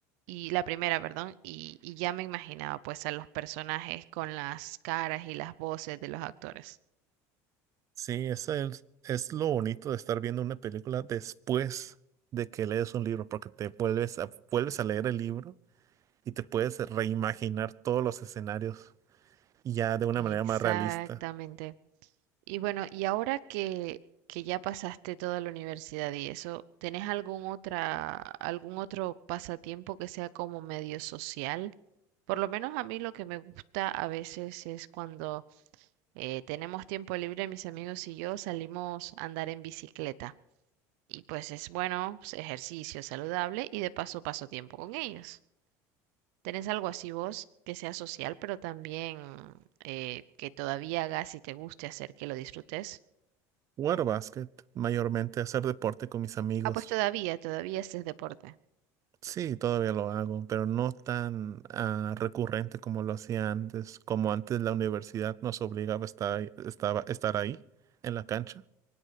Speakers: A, on the right; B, on the right.
A: y la primera, perdón, y, y ya me imaginaba pues a los personajes con las caras y las voces de los actores.
B: sí, eso es, es lo bonito de estar viendo una película después de que lees un libro, porque te vuelves a, vuelves a leer el libro y te puedes reimaginar todos los escenarios ya de una
A: Exactamente.
B: manera más realista.
A: Y bueno, y ahora que, que ya pasaste toda la universidad y eso, ¿tenés algún otra, algún otro pasatiempo que sea como medio social? Por lo menos a mí lo que me gusta a veces es cuando eh, tenemos tiempo libre, mis amigos y yo salimos a andar en bicicleta. Y pues es bueno, pues, ejercicio saludable y de paso paso tiempo con ellos. ¿Tenés algo así vos que sea social, pero también eh, que todavía hagas y te guste hacer, que lo disfrutes?
B: Jugar básquet, mayormente hacer deporte con mis amigos.
A: Ah, pues todavía, todavía este es deporte.
B: Sí, todavía lo hago, pero no tan ah, recurrente como lo hacía antes. Como antes la universidad nos obligaba a estar, ahí- estaba, estar ahí en la cancha.